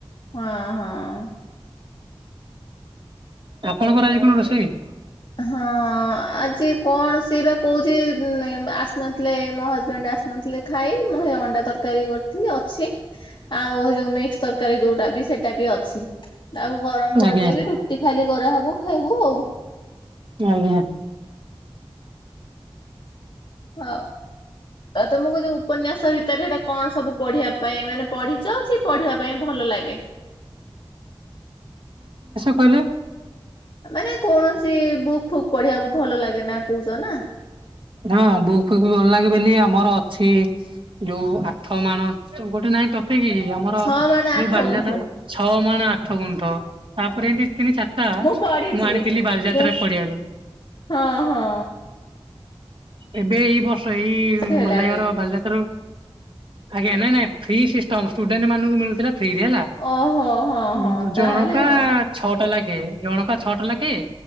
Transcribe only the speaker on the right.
ଆପଣଙ୍କର ଆଜି କଣ ରୋଷେଇ?
ଆଜ୍ଞା
ଆଜ୍ଞା।
କହିଲ।
ହଁ ବୁକ ଫୁକ ଭଲ ଲାଗେ ମୁଁ କହିଲି ଆମର ଅଛି ଯୋଉ ଆଠ ମାଣ ଗୋଟେ ନାଇଁ ତ ତିକି ଆମର
ଯୋଉ ବାଲିଯାତ୍ରା
ଛଅ ମାନେ ଆଠ ଗୁଣ୍ଠ। ତାପରେ ଏଠି ଥିଲି ଚାରଟା
ମୁଁ ଆଣିଥିଲି ବାଲିଯାତ୍ରା
ପଡିଆରୁ।
ଏବେ ଏଇ ବର୍ଷ ଏଇ
ଉଁ
ଗଲା କାର ବାଲିଯାତ୍ରା ରୁ। ଆଜ୍ଞା ନାଇଁ ନାଇଁ ଫ୍ରି ସିଷ୍ଟମ ଷ୍ଟୁଡେଣ୍ଟ ମାନଙ୍କୁ ମିଳୁଥିଲା। ଫ୍ରିରେ ହେଲା
ଉଁ
ଜଣକା
ଛଅଟା ଲେ ଏ ଜଣକା ଛଅଟା ଲେଖେ